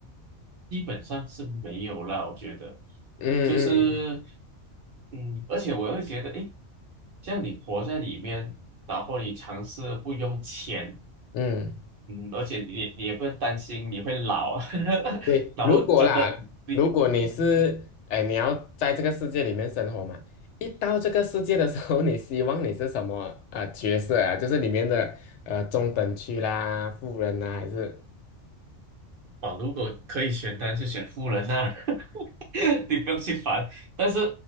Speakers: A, on the right; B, on the left.
A: 基本上是没有啦，我觉得，
B: 嗯嗯
A: 就是，嗯，而且我会觉得，诶，这样你活在里面，然后你尝试不用钱，
B: 嗯，
A: 嗯，而且你也你也不用担心你会老，<laughs>
B: 对，
A: 然后真的你
B: 如果啦，如果你是，
A: 嗯
B: 哎，你要在这个世界里面生活嘛，一到这个世界的时候，你希望你是什么呃角色啊？就是里面的呃中等区啦、富人啦，还是
A: 啊，如果可以选，单，是选富人呐、<laughs> <laughs> 你不用去烦。但是，